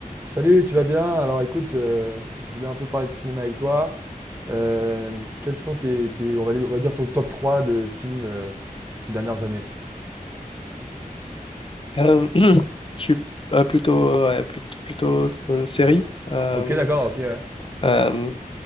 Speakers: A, on the right (about 15°); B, on the left (about 35°).
A: Salut, tu vas bien? Alors écoute, euh, je voulais un peu parler de cinéma avec toi. Euh, quels sont tes, tes- on va, les- on va dire ton top 3 de films euh, ces dernières années?
B: Euh, <clears throat> je suis euh, plutôt, ouais, plut- plutôt, euh, série. Euh,
A: Ok, d'accord, ok, ouais.
B: euh,